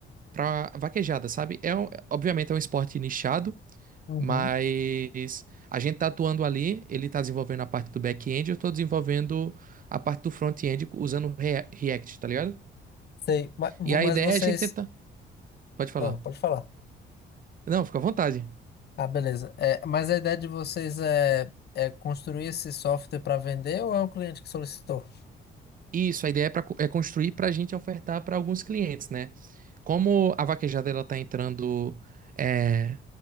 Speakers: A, on the right; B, on the left.
A: para vaquejada, sabe? É, um- obviamente é um esporte nichado,
B: Uhum.
A: mas a gente está atuando ali, ele está desenvolvendo a parte do back-end, eu estou desenvolvendo a parte do front-end usando Rea- React, tá ligado?
B: Sei. Mas,
A: E
B: mas
A: a ideia
B: vocês.
A: é a gente tentar... Pode falar.
B: Ah, pode falar.
A: Não, fica à vontade.
B: Ah, beleza. É, mas a ideia de vocês é, é construir esse software para vender ou é um cliente que solicitou?
A: Isso, a ideia é, pra, co- é construir para a gente ofertar para alguns clientes, né? Como a vaquejada ela tá entrando, é,